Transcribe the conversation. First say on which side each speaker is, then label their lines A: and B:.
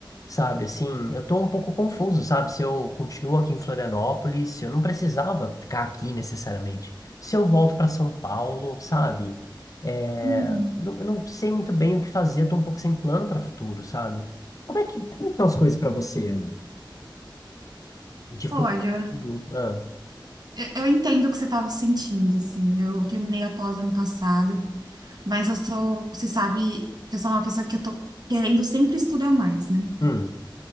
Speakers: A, on the left (about 45°); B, on the right (about 55°).
A: sabe? Assim, eu tô um pouco confuso, sabe? Se eu continuo aqui em Florianópolis, se eu não precisava ficar aqui necessariamente. Se eu volto para São Paulo, sabe? É,
B: Uhum.
A: não- eu não sei muito bem o que fazer, tô um pouco sem plano para futuro, sabe? Como é que, como é que estão as coisas para você aí? De futuro.
B: Olha,
A: Ah,
B: eu, eu entendo o que você estava sentindo, assim. Eu terminei a pós ano passado, mas eu sou, você sabe que eu sou uma pessoa que eu tô querendo sempre estudar mais, né?
A: hum,